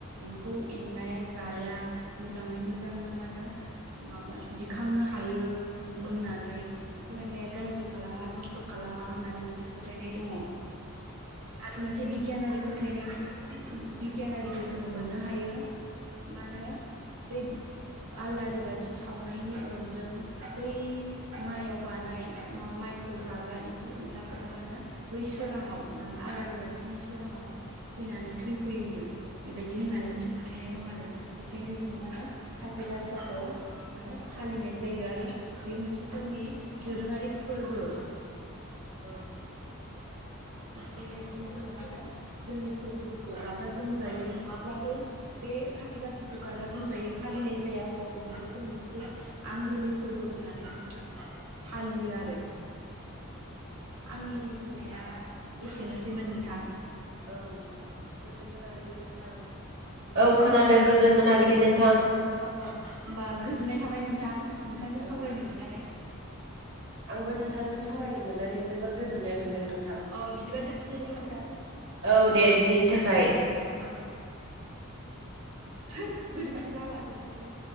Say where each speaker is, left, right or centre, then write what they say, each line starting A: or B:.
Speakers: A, on the right; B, on the right.
A: एमफौ एनलाया जाया मोजाङै मोजांनो मानो माबा दिखांनो हायो मोननानै एमफौ एनलाया गाज्रि खालामा नसथ' खालामा होननानै मोनसे फोथायनाय दङ आरो मोनसे बिगि गियानारि फोथायनायाव बिगियानारिबो जोङो मोननो हायो। मानो बै आलारि बाथि सावनायनि अरजों बै माइयाव बानाय मा माइखौ जाग्रा एम्फौ एनलाफोरा मानो बै सोराङाव मानो आलारि बाथिनि सोराङाव फैनानै थैफैयोनो बेबायदि होननानै
B: औ
A: मोनसे फोथायनाय दं आरो बेखायनो जोङो माने खाति गासाखौ माने फालिनाय जायो आरो बे मोनसे जोंनि नि दोरोङारि फोरबो
B: औ
A: बेबायदिनो जोङो मानो जोंनि फोरबोफोरखौ गाजा गोमजायै नङाब्लाबो बे खाथि गासाखौ गाजा गोमजायै फालिनाय जाया होमबाबो बेबो जोंनि मोनसे आंगोनि फोरबो होन नानै जोङो फालियो आरो
B: औ
A: आंनि बुंनाया एसेनोसैमोन नोंथां।
B: औ गोजोन मोनाबिलि नोंथां औ खोनादों गोजोन मोनाबिलि नोंथां।
A: अ होमबा गोजोननाय थाबाय नोंथां नोंथांजों
B: औ
A: सावरायनो
B: गोजोननाय
A: मोननानै
B: थाबाय आंबो नोंथांजों सावरायनो मोननानै जोबोर गोजोननाय मोनदों नोंथां
A: अ बिदिबा दोनसै दे नोंथां
B: औ दे दिनैनि थाखाय
A: औ थोद बोरै बोरै जाला जोबखोथाय